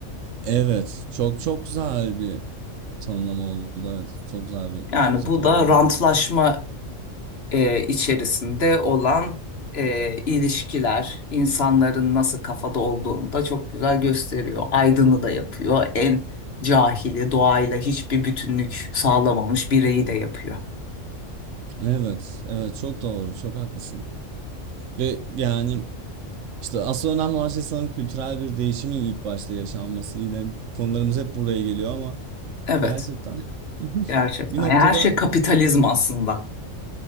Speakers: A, on the right; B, on the left.
A: Evet, çok çok güzel bir tanımlama oldu. Evet, çok güzel bir
B: Yani
A: özet
B: bu
A: oldu
B: da
A: yani.
B: rantlaşma e, içerisinde olan e, ilişkiler, insanların nasıl kafada olduğunu da çok güzel gösteriyor. Aydın'ı da yapıyor. En cahili, doğayla hiçbir bütünlük sağlamamış bireyi de yapıyor.
A: Evet, evet çok doğru, çok haklısın. Ve yani işte asıl önemli olan şey sanırım kültürel bir değişimin ilk başta yaşanması. Yine konularımız hep buraya geliyor ama
B: Evet.
A: gerçekten <laughs>
B: Gerçekten.
A: bir noktada
B: Yani her şey kapitalizm
A: bu
B: aslında.